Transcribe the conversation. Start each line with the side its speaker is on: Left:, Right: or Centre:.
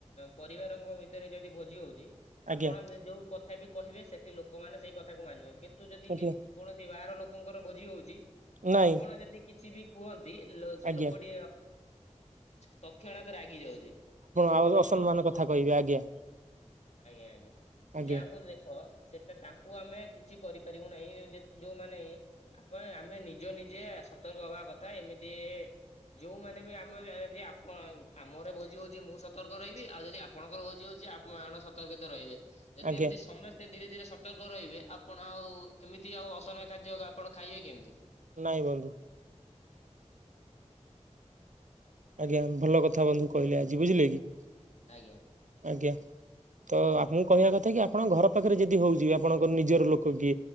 Left: ପରିବାରଙ୍କ ଭିତରେ ଯଦି ଭୋଜି ହଉଛି।
Right: ଆଜ୍ଞା
Left: ଆପଣ ଯୋଉ କଥା ବି କହିବେ ସେଠି ଲୋକମାନେ ସେଇ କଥାକୁ ମାନିବେ କିନ୍ତୁ ଯଦି
Right: ଆଜ୍ଞା
Left: ଯେ କୌଣସି ବାହାର ଲୋକଙ୍କର ଭୋଜି ହଉଛି
Right: ନାଇଁ
Left: ଆପଣ ଯଦି କିଛି ବି କୁହ ନ୍ତି ସେ
Right: ଆଜ୍ଞା
Left: ଲୋକଟି ତତ୍ କ୍ଷଣାତ ରାଗି ଯାଉଛି। ଆପଣ
Right: ଆଉ ଅସମ୍ମାନ କଥା କହିବେ ଆଜ୍ଞା
Left: ଆଜ୍ଞା ଆଜ୍ଞା
Right: ଆଜ୍ଞା
Left: ଯାହାଙ୍କୁ ଦେ ହଁ ସେଟା ତାଙ୍କୁ ଆମେ କିଛି କରିପାରିବୁ ନାହିଁ ଯୋଉମାନେ ଆପଣ ଆମେ ନିଜ ନିଜେ ସତର୍କ ହବା କଥା ଏମିତି ଯୋଉମାନେ ବି ଆମର ଆଜି ଆପଣ ଆମର ଭୋଜି ହଉଛି ମୁଁ ସତର୍କ ରହିବି ଆଉ ଯଦି ଆ ଆପଣଙ୍କର ଭୋଜି ହଉଛି ଆପଣ ସତର୍କିତ ରହିବେ ଯଦି
Right: ଆଜ୍ଞା
Left: ଏମିତି ସମସ୍ତେ ଧୀରେ ଧୀରେ ସତର୍କ ରହିବେ ଆପଣ ଆଉ ଏମିତି ଆଉ ଅସନା ଖାଦ୍ୟ ଆପଣ ଖାଇବେ କେମିତି?
Right: ନାଇଁ ବନ୍ଧୁ। ଆଜ୍ଞା ଭଲ କଥା ବନ୍ଧୁ କହିଲେ ଆଜି ବୁଝିଲେ କି?
Left: ଆଜ୍ଞା।
Right: ଆଜ୍ଞା। ତ ଆପଣଙ୍କ କହିବା କଥା କି ଆପଣଙ୍କ ଘର ପାଖରେ ଯଦି ହଉଛି ଆପଣଙ୍କ ନିଜର ଲୋକ କିଏ